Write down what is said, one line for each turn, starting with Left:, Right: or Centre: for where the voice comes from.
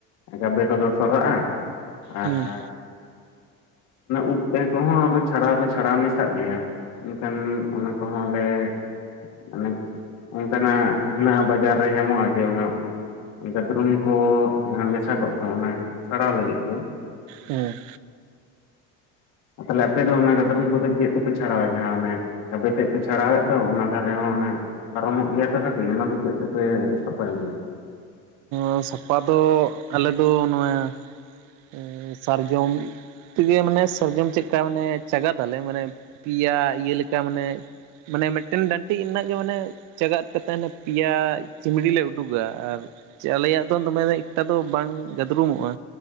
Left: ᱜᱟᱵᱮ ᱠᱚᱫᱚ ᱥᱚᱨᱟᱜ-ᱟ᱾ ᱟᱨ
Right: ᱦᱩᱸ
Left: ᱩᱵ ᱛᱮ ᱠᱚᱦᱚᱸ ᱟᱫᱚ ᱪᱷᱟᱲᱟ ᱫᱚ ᱪᱷᱟᱲᱟ ᱢᱮᱥᱟᱜ ᱜᱮᱭᱟ ᱮᱱᱠᱷᱟᱱ ᱚᱱᱟ ᱠᱚᱦᱚᱸ ᱞᱮ ᱢᱟᱱᱮ ᱚᱱᱠᱟ ᱱᱟᱜ ᱦᱮᱱᱟᱜ-ᱟ ᱵᱟᱡᱟᱨ ᱨᱮ ᱧᱟᱢᱚᱜ-ᱟ ᱡᱮ ᱚᱱᱟ ᱜᱟᱫᱽᱨᱩᱢ ᱠᱚ ᱡᱟᱦᱟᱸ ᱢᱮᱥᱟ ᱠᱚᱜ ᱫᱚ ᱚᱱᱟ ᱪᱷᱟᱲᱟᱣ ᱞᱟᱹᱜᱤᱫ ᱛᱮ᱾
Right: ᱦᱩᱸ᱾
Left: ᱟᱨ ᱛᱟᱦᱚᱞᱮ ᱟᱯᱮ ᱫᱚ ᱚᱱᱟ ᱜᱟᱫᱨᱚᱢ ᱠᱚᱫᱚ ᱪᱮᱫ ᱠᱚ ᱯᱮ ᱪᱷᱟᱲᱟᱣᱟ? ᱡᱟᱦᱟᱸ ᱚᱱᱮ ᱜᱟᱵᱮ ᱛᱮᱫ ᱯᱮ ᱪᱷᱟᱲᱟᱣ ᱮᱫ ᱫᱚ ᱚᱱᱟ ᱫᱷᱟᱨᱮ ᱦᱚᱸ ᱚᱱᱮ ᱯᱟᱨᱚᱢ-ᱚᱜ ᱜᱮᱭᱟ ᱛᱚ ᱠᱟᱹᱴᱤᱡ ᱚᱱᱟ ᱫᱚ ᱪᱮᱫ ᱛᱮᱯᱮ ᱥᱟᱯᱷᱟᱭ ᱜᱮᱭᱟ?
Right: ᱚᱸ ᱥᱟᱯᱟ ᱫᱚ ᱟᱞᱮ ᱫᱚ ᱱᱚᱣᱟ ᱮᱸᱻ ᱥᱟᱨᱡᱚᱢ ᱛᱮᱜᱮ ᱢᱟᱱᱮ ᱥᱟᱨᱡᱚᱢ ᱪᱮᱫᱠᱟ ᱢᱟᱱᱮ ᱪᱟᱸᱜᱟᱫ ᱫᱟᱞᱮ ᱢᱟᱱᱮ ᱯᱤᱭᱟ ᱤᱭᱟᱹ ᱞᱮᱠᱟ ᱢᱟᱱᱮ ᱢᱟᱱᱮ ᱢᱤᱫᱴᱮᱱ ᱰᱟᱹᱱᱴᱤᱡ ᱨᱮᱱᱟᱜ ᱜᱮ ᱢᱟᱱᱮ ᱪᱟᱜᱟᱫ ᱠᱟᱛᱮᱫ ᱦᱟᱱᱮ ᱯᱤᱭᱟ ᱪᱤᱢᱲᱤ ᱞᱮ ᱩᱰᱩᱜᱟ ᱟᱨ ᱪᱮ ᱟᱞᱮᱭᱟᱜ ᱫᱚ ᱫᱚᱢᱮ ᱮᱠᱴᱟ ᱫᱚ ᱵᱟᱝ ᱜᱟᱫᱽᱨᱩᱢᱚᱜ-ᱟ᱾